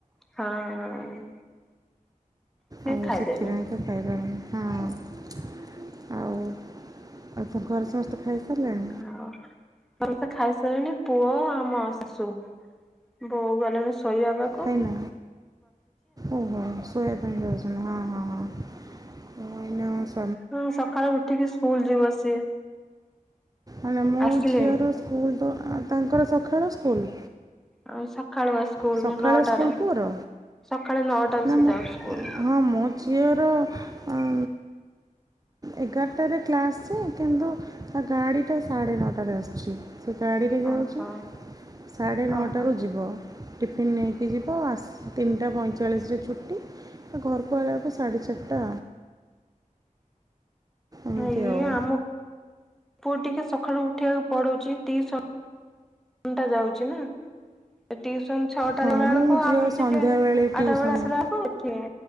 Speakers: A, in the centre; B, on the right (about 25°).
A: ହଁ ହଁ। ସିଏ
B: ଆଉ
A: ଖାଇଦେବେ
B: ସେଥିପାଇଁକା ଖାଇପାରୁନି ହଁ ଆଉ ଆଉ ତୋର ଘରେ ସମସ୍ତେ ଖାଇସାରିଲେଣି?
A: ହଁ ମାନେ ତ ଖାଇସାରିଲେଣି ପୁଅ ଆମ ଶାଶୁ, ବୋଉ ଗଲେଣି ଶୋଇବା ପାକ୍
B: ଖାଇନା ଓହୋଶ୍ <unintelligible>
A: ସେ ସକାଳୁ ଉଠିକି ସ୍କୁଲ ଯିବ ସିଏ
B: ଆ ନା ମୋ
A: ଆସିଲେଣି।
B: ଝିଅର ସ୍କୁଲ ତ ତାଙ୍କର ସକାଳ ସ୍କୁଲ।
A: ଆଉ ସଖାଳୁଆ ସ୍କୁଲ
B: ସକାଳ
A: ନଅଟାରେ
B: ସ୍କୁଲ ପୁଅର
A: ସକାଳ ନଅଟରୁ
B: ନା
A: ସେ
B: ମୁଁ
A: ଯାଉ ସ୍କୁଲ।
B: ହଁ ମୋ ଝିଅର ଆଁ ଏଗାରଟାରେ କ୍ଲାସ୍ଛି କିନ୍ତୁ ତା ଗାଡ଼ିଟା ସାଢ଼େ ନଅଟାରେ ଆସୁଛି। ସେ ଗାଡ଼ିରେ ଯାଉଚି
A: ଓହୋ
B: ସାଢ଼େ ନଅଟାରୁ
A: ଓହୋ।
B: ଯିବ। ଟିଫିନ୍ ନେଇକି ଯିବ ଆସ ତିନିଟା ପଇଁଚାଳିଶରେ ଛୁଟି। ଘରକୁ ଆଇବାକୁ ସାଢ଼େ ଚାରିଟା। ଏମିତି
A: ଇଏ
B: ଆଉ
A: ଆମ ପୁଅ ଟିକେ ସକାଳୁ ଉଠେଇବାକୁ ପଡୁଚି। ଟି ଟୁଇସନ୍ ଟା ଯାଉଚି ନା। ଟିଉସନ ଛଅଟା
B: ହଁ
A: ବେଳେ ବେଳକୁ
B: ମୁଁ ଝିଅ
A: ଆସୁଚି
B: ସନ୍ଧ୍ୟାବେଳେ
A: ଟିକେ ଆଠଟା
B: ଟ୍ୟୁସନ୍
A: ବେଳେ ଆସିଲା ବେଳକୁ ଟିକେ